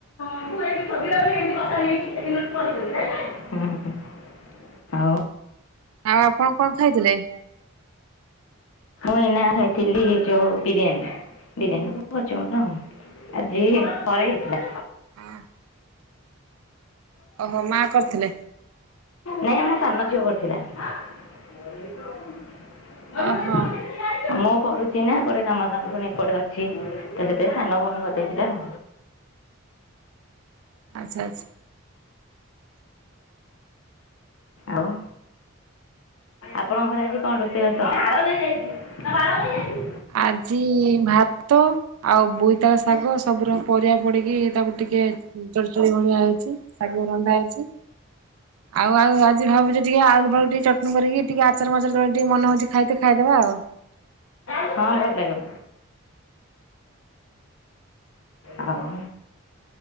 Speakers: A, on the left (about 70°); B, on the right (about 80°).
A: <unintelligible> ଆଉ
B: ଆଉ ଆପଣ କଣ ଖାଇଥିଲେ?
A: ମୁଁ ଏଇନା ଖାଇଥିଲି ଏଇ ଯୋଉ ବିରିୟାନୀ। ବିରିୟାନୀ କୁ କଚୁମ୍ୱର ଆଉ। ଆଜି ଏଇ ପରେ ହେଇଥିଲା।
B: <unintelligible> ଓହୋ ମା କରିଥିଲେ।
A: ନାଇଁ ଆମ ସାନ ଝିଅ କରିଥିଲା। <unintelligible>
B: ଓହୋ
A: ମୁଁ ପଢୁଚି। ସିନା ଏପଟେ କାମ ଦାମ ପୁଣି ଏପଟେ ଅଛି। ତ ସେଥିପାଇଁ ସାନ ଭଉଣୀ କରିଦେଇଥିଲା ଆଉ।
B: ଆଚ୍ଛା ଆଚ୍ଛା।
A: ଆଉ ଆପଣଙ୍କ ଘରେ ଆଜି କଣ ରୋଷେଇବାସ?
B: ଆଜି ଭାତ ଆଉ ବୋଇତାଳ ଶାଗ ସବୁ ରକ ପରିବା ପଡିକି ତାକୁ ଟିକେ ଚଡଚଡ଼ି ଭଳିଆ ହେଇଛି ଶାଗ ରନ୍ଧା ହେଇଚି। ଆଉ ଆଉ ଆଜି ଭାବୁଚି ଟିକେ ଆଳୁ ଫାଳୁ ଟିକେ ଚଟଣି କରିକି ଟିକେ ଆଚାର ମାଚାର ଟିକେ ମନ ହଉଚି ଖାଇତେ ଖାଇଦେବା ଆଉ।
A: ହଁ ଭଲ ଲାଗିବ। <inaudible> ଆଉ